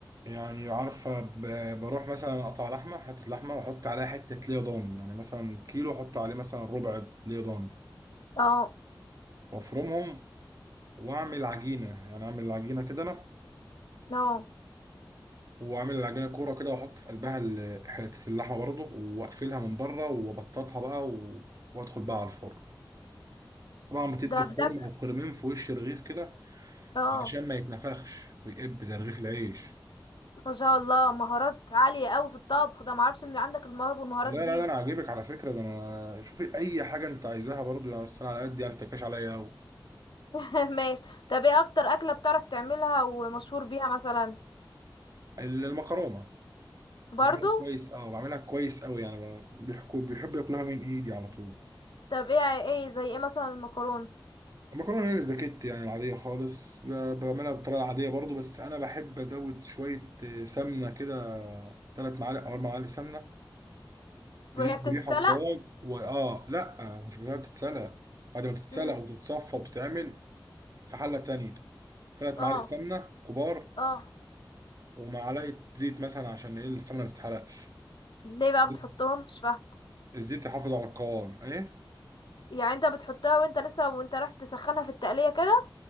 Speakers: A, on the right; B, on the left.
A: يعني عارفة ب- بروح مثلا أقطع لحمة حتة لحمة وأحط عليها حتة ليا ضاني يعني مثلا كيلو أحط عليه مثلا ربع ليا ضاني
B: اه
A: وأفرمهم وأعمل عجينة يعني أعمل عجينة كده أنا
B: اه
A: وعامل العجينه كوره كده واحط في قلبها ال- حته اللحمه برضه واقفلها من بره وابططها بقى و... وادخل بقى على الفرن طبعا بتدي
B: ده
A: خرم
B: بجد
A: او خرمين في وش الرغيف كده
B: اه
A: علشان ما يتنفخش ويقب زي رغيف العيش
B: ما شاء الله مهارات عالية قوي في الطبخ ده معرفش ان عندك المواهب والمهارات
A: لا لا
B: دي
A: لا انا عاجبك على فكره ده انا شوفي اي حاجه انت عايزاها برضه يعني بس انا على قد يعني ما تكاش عليا قوي
B: <laughs> ماشي طب ايه اكتر اكلة بتعرف تعملها ومشهور بيها مثلا
A: المكرونه
B: برضو
A: بعملها كويس اه بعملها كويس قوي يعني ب- بيحكوا بيحب ياكلها من ايدي على طول
B: طب ايه ايه زي ايه مثلا المكرونة
A: المكرونه الاسباجيتي يعني العاديه خالص لا بعملها بالطريقه العاديه برضو بس انا بحب ازود شويه آه، سمنه كده ثلاث معالق او اربع معالق سمنه بيدوا
B: وهي بتتسلق
A: ريحه قوام واه لا مش بيها بتتسلق بعد ما تتسلق
B: امم
A: وتتصفى وتتعمل في حله تانية ثلاث
B: اه
A: معالق سمنه كبار
B: اه
A: ومعلقه زيت مثلا عشان ايه السمنه ما تتحرقش
B: ليه بقى
A: زيت-
B: بتحطهم مش فاهمة
A: الزيت يحافظ على القوام ايه
B: يعني انت بتحطها وانت لسه وانت رايح تسخنها في التقلية كده